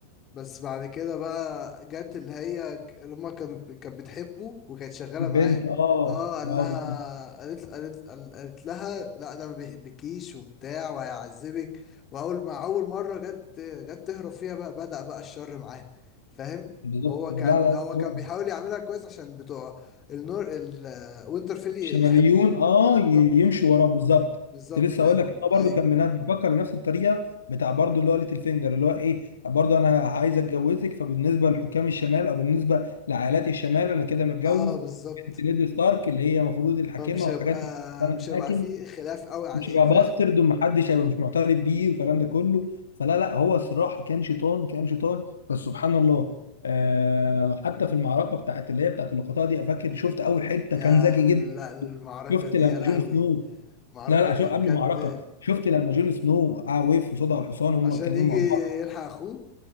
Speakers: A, on the left (about 25°); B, on the left (about 70°).
A: بس بعد كده بقى جت اللي هي ك- اللي هما كانت كانت بتحبه وكانت شغالة
B: البنت
A: معاه
B: اه
A: اه قال
B: لا
A: لها
B: بالظبط
A: قالت قالت قال- قالت لها لا ده ما بيحبكيش وبتاع وهيعذبك واول ما اول مرة جت جت تهرب فيها بقى بدأ بقى الشر معاه فاهم
B: بالظبط.
A: وهو
B: لا
A: كان
B: لا
A: هو
B: لا
A: كان بيحاول يعملها كويس عشان بتوع النور الوينترفيل
B: شماليون
A: يحبوه
B: اه
A: بالظبط
B: ي- يمشوا وراه بالظبط
A: بالظبط
B: كنت لسه
A: لان
B: اقول لك ان هو برضه
A: ايوه
B: كان بنا- بيفكر بنفس الطريقه بتاع برضه اللي هو ليتل فينجر اللي هو ايه برضه انا عايز اتجوزك فبالنسبه لحكام الشمال او بالنسبه لعائلات الشمال انا كده متجوز
A: اه بالظبط
B: ليدي ستارك اللي هي المفروض الحاكمه
A: فمش هيبقى
B: وحاجات من كده. فانا
A: مش
B: الحاكم
A: هيبقى فيه خلاف قوي عليه
B: مش هيبقى
A: فاهم
B: باسترد ومحدش هيبقى مش معترف بيه والكلام ده كله فلا لا هو الصراحه كان شيطان كان شيطان بس سبحان الله آه حتى في المعركه بتاعت اللي هي بتاعت اللقطات دي فاكر شفت اول حته
A: يا
B: كان ذكي جدا
A: لا المعركة
B: شفت
A: دي
B: لما
A: يا لهوي
B: جون سنو
A: المعركة
B: لا لا
A: دي
B: شو قبل
A: بجد
B: المعركه شفت لما جون سنو آه وقف قصاد الحصان هم
A: عشان
B: اتكلموا
A: يجي
B: مع بعض
A: يلحق اخوه